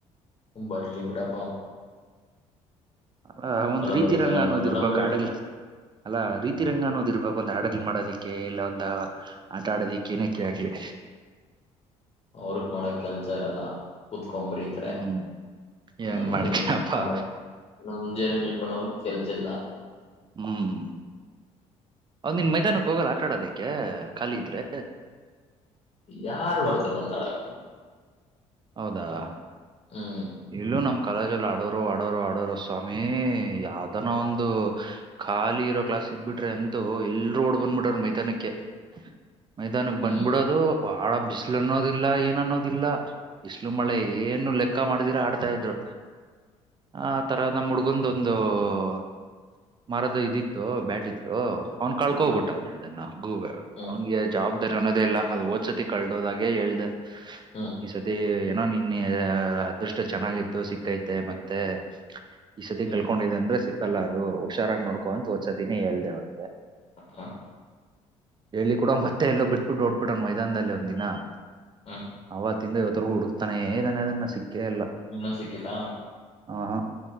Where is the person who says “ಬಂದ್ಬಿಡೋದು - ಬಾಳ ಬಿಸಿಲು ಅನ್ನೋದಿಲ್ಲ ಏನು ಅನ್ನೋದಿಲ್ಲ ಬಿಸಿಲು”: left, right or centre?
Right